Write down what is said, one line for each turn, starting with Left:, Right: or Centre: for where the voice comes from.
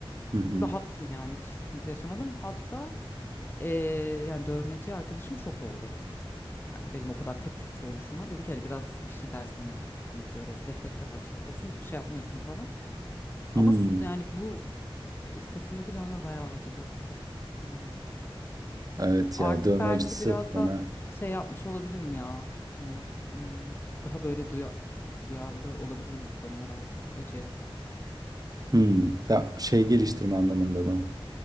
Right: Hı hı.
Left: rahattım yani hiç sıkıntı yaşamadım. Hatta e, yani dövmeci arkadaşım şok oldu. Yani benim o kadar tepkisiz oluşuma. Dedi ki hani biraz bir şey dersen hani bir böyle refleks yapar çekilirsin hiçbir şey yapmıyorsun falan. Ama
Right: Hmm.
Left: s- yani bu sırtımdaki dövme bayağı acıdı. Çok bilmiyorum.
Right: Evet
Left: Artık
Right: ya dövme
Left: belki
Right: acısı
Left: biraz
Right: fena.
Left: da şey yapmış olabilirim ya. Hani hmm, daha böyle duya- duyarlı olabilirim bu konuya belki acıya.
Right: Hmm. Da şey geliştirme anlamında mı?